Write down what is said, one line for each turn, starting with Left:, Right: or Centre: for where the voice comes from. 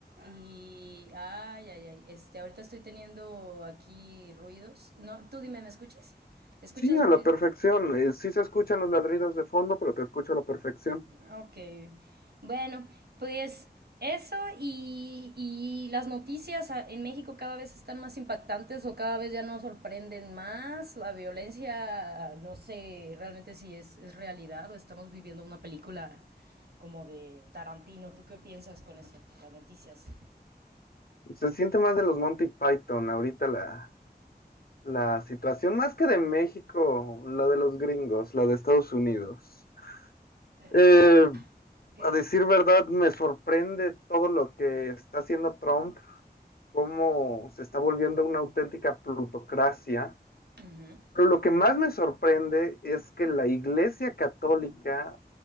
Right: Y, ay, ay, ay, este, ahorita estoy teniendo aquí ruidos. No, tú dime, ¿me escuchas? ¿Escuchas
Left: Sí, a
Right: ruido?
Left: la perfección. eh, sí se escuchan los ladridos de fondo, pero te escucho a la perfección.
Right: Ok. Bueno, pues eso y, y las noticias a- en México cada vez están más impactantes o cada vez ya nos sorprenden más. La violencia, no sé realmente si es, es realidad o estamos viviendo una película como de Tarantino. ¿Tú qué piensas con eso, las noticias?
Left: Se siente más de los Monty Python ahorita la, la situación, más que de México, la de los gringos, la de Estados Unidos.
Right: Pero
Left: Eh,
Right: ¿por qué?
Left: a decir verdad, me sorprende todo lo que está haciendo Trump, cómo se está volviendo una auténtica plutocracia
Right: Ujú.
Left: Pero lo que más me sorprende es que la Iglesia Católica